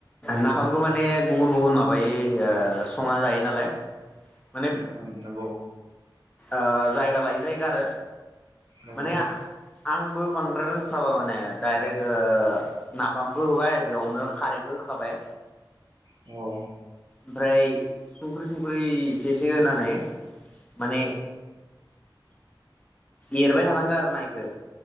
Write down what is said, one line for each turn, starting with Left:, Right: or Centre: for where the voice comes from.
Left: नाफामखौ माने गुबुन गुबुन माबायै ओ संना जायो नालाय। माने
Right: नंगौ।
Left: ओ जायगा लायोै जायगा आरो
Right: नंगौ
Left: माने आंबो बांद्राय रोंस्लाबा माने डायरेक्ट ओ नाफामखौ होबाय बेयावनो खारैखौ होखाबाय।
Right: औ
Left: ओमफ्राय संख्रि संख्रि एसे एसे होनानै माने एरबाय थानांगौ आरो ना इखौ।